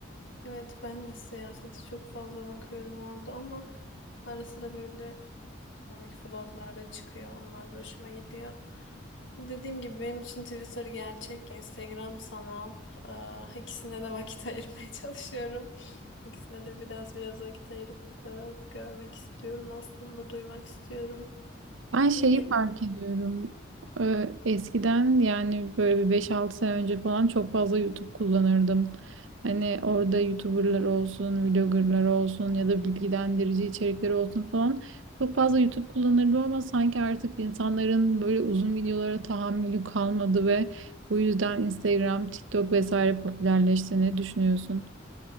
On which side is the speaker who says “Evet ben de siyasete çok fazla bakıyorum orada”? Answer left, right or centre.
Left